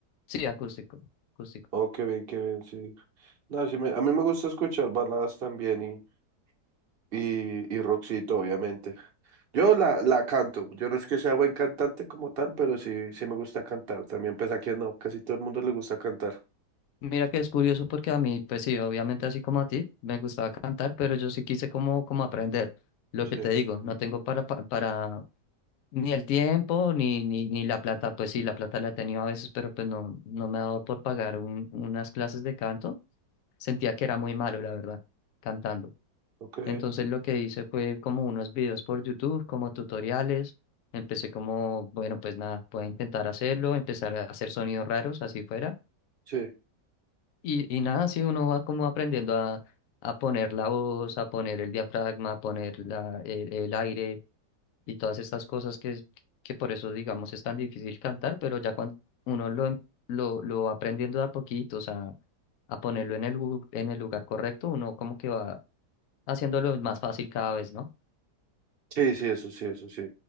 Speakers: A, on the left; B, on the right.
A: Sí, acústico, acústico.
B: Oh, qué bien, qué bien, sí. No, sí me- a mí me gusta escuchar baladas también y, y, y rockcito, obviamente. Yo la, la canto. Yo no es que sea buen cantante como tal, pero sí, sí me gusta cantar. También, pues aquí no, casi todo el mundo le gusta cantar.
A: Mira que es curioso porque a mí, pues sí, obviamente así como a ti, me gustaba cantar, pero yo sí quise como, como aprender. Lo
B: Sí,
A: que te digo, no tengo para, pa- para, ni el tiempo, ni, ni, ni la plata. Pues sí, la plata la he tenido a veces, pero pues no, no me ha dado por pagar un- unas clases de canto. Sentía que era muy malo, la verdad, cantando.
B: ok.
A: Entonces lo que hice fue como unos videos por YouTube, como tutoriales. Empecé como, bueno, pues nada, voy a intentar hacerlo, empezar a hacer sonidos raros, así fuera.
B: Sí.
A: Y, y nada, sí, uno va como aprendiendo a, a poner la voz, a poner el diafragma, a poner la, el, el aire y todas estas cosas que, es- que por eso, digamos, es tan difícil cantar, pero ya cuando uno lo, em- lo, lo va aprendiendo de a poquitos, a, a ponerlo en el, lu- en el lugar correcto, uno como que va haciéndolo más fácil cada vez, ¿no?
B: Sí, sí, eso sí, eso sí.